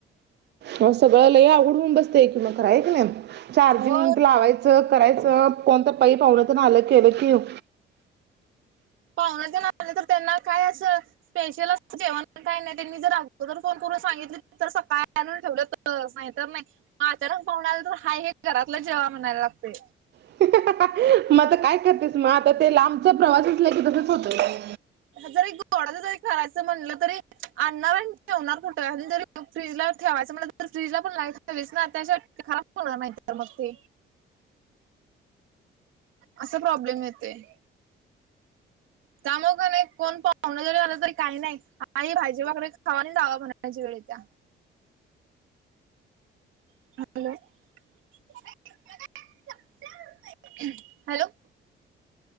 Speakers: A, on the right (about 60°); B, on the right (about 85°).
A: मग सगळं लय अवघड होऊन बसतेय, कि मग खरं हे की नाही, चार्जिंग
B: हो
A: लावायचं करायचं. कोणतं पै पावणे आलं केलं की येऊ..
B: पाव्हणं जर आलं तर त्यांना काय असं. स्पेशल असं जेवण काही नाही, त्यांनी जर अगोदर फोन करून सांगितली तर सकाळी आणून ठेवलं तर तर, नाही तर नाही मग अचानक पाहुणे आले तर, हाय हे घरातलं जेवा म्हणायला लागतंय.
A: <unintelligible> मग आता काय करतेस मग आता ते लांबचा प्रवास असला की तसच होतये.
B: जरी गोडाचं जरी करायचं म्हणलं तरी आणणार आणि ठेवणार कुठं? जरी फ्रीजला ठेवायचं म्हटलं तर फ्रीजला पण लाई दिसणार तसंच खराब होणार नाहीतर मग ते. असा प्रॉब्लेम येतोय. कामाव की नाही कोण पाहूणं जरी आलं तरी काय नाय. आहे ही भाजी भाकरी खावा आणि जावा म्हणायची वेळ येतीया. Hello, <unintelligible> Hello.